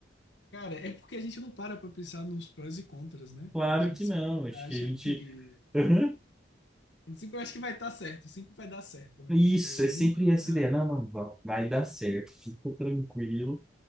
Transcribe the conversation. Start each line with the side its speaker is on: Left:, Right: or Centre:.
Left: cara, é porque a gente não para para pensar nos prós e contras, né?
Centre: Claro
Left: A gente
Centre: que
Left: sempre
Centre: não. Acho
Left: acha
Centre: que a gente.
Left: que
Centre: Aham.
Left: a gente sempre acha que vai estar certo, sempre vai dar certo, né?
Centre: Isso,
Left: Tipo,
Centre: é
Left: nunca
Centre: sempre
Left: vai
Centre: essa
Left: dar errado.
Centre: ideia. Não, não, vai vai dar certo. Fica tranquilo